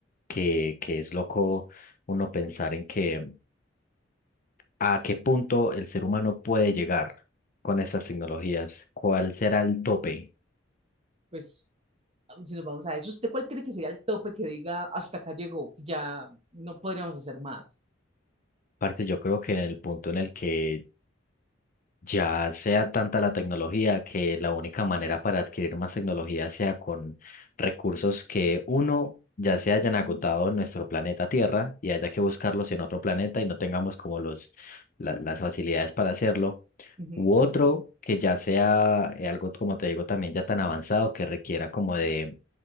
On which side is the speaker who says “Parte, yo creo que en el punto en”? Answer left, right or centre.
Left